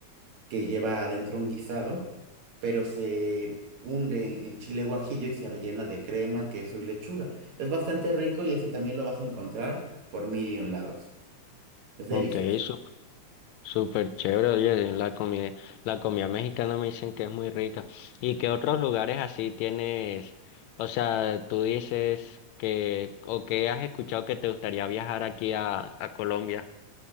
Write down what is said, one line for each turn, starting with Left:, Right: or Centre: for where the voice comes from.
Right: que lleva adentro un guisado, pero se hunde en chile guajillo y se rellena de crema, queso y lechuga. Es bastante rico y eso también lo vas a encontrar por mil y un lados. Es delicioso.
Left: ok, sup- súper chévere, oye, la comida, la comida mexicana me dicen que es muy rica. ¿Y qué otros lugares así tienes? O sea, tú dices que, o que has escuchado que te gustaría viajar aquí a, a Colombia.